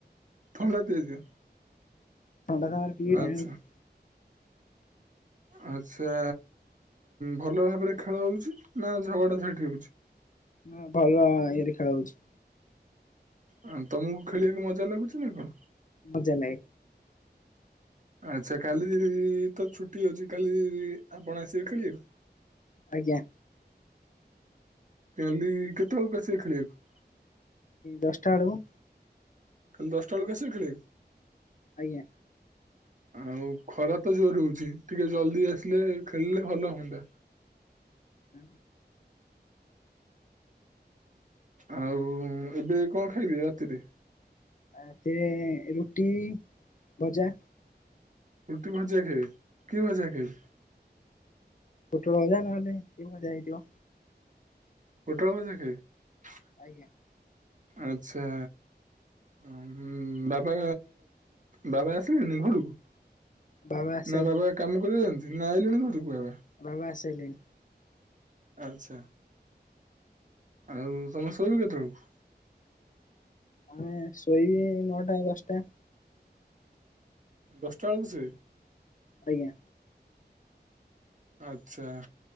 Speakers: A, on the right; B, on the left.
A: ଥଣ୍ଡା ଦିଆଯିବ।
B: ଥଣ୍ଡା ତାଙ୍କର ପିଇବେ
A: ଆଚ୍ଛା
B: ଆଣିକି।
A: ଆଚ୍ଛା ଭଲ ଭାବରେ ଖେଳ ହଉଛି ନା ଝଗଡ଼ା ଝାଣ୍ଟି ହେଉଛି?
B: ନା ଭଲ ଇଏରେ ଖେଳ ହଉଛି।
A: ଅ ତମକୁ ଖେଳିବାକୁ ମଜା ଲାଗୁଛି ନା କଣ?
B: ମଜା ଲାଗେ।
A: ଆଚ୍ଛା କାଲି ତ ଛୁଟି ଅଛି କାଲି ଆପଣ ଆସିବେ ଖେଳିବାକୁ?
B: ଆଜ୍ଞା।
A: କାଲି କେତେବେଳକୁ ଆସିବେ ଖେଳିବାକୁ?
B: ଦଶଟା ବେଳୁକୁ।
A: କାଲି ଦଶଟା ବଳକୁ ଆସିବେ ଖେଳିବାକୁ।
B: ଆଜ୍ଞା।
A: ଆଉ ଖରା ତ ଯୋରେ ହଉଛି ଟିକେ ଜଲଦି ଆସିଲେ ଖେଳିଲେ ଭଲ ହୁଅନ୍ତା।
B: ହୁଁ।
A: ଆଉ ଏବେ କଣ ଖାଇବି ରାତିରେ।
B: ରାତିରେ ରୁଟି ଭଜା।
A: ରୁଟି ଭଜା ଖାଇବେ କି ଭଜା ଖାଇବେ?
B: ପୋଟଳ ଭଜା ନହେଲେ କିଏ ଭଜା ହେଇଥିବ।
A: ପୋଟଳ ଭଜା ଖାଇବେ।
B: ଆଜ୍ଞା।
A: ଆଛା। ଉ ବାବା ବାବା ଆସିଲେନି ଘରକୁ?
B: ବାବା ଆସି
A: ନା ବାବା କାମ କରନ୍ତି ନା ଆଇଲେଣି ଘରକୁ ବାବା?
B: ବାବା ଆସି ସାରିଲେଣି?
A: ଆଚ୍ଛା। ଆଉ ତମେ ଶୋଇବ କେତେବେଳକୁ?
B: ଆମେ ଶୋଇବି ନଅଟା ଦଶଟା।
A: ଦଶଟା ଆଳକୁ ଶୋଇବେ?
B: ଆଜ୍ଞା।
A: ଆଛା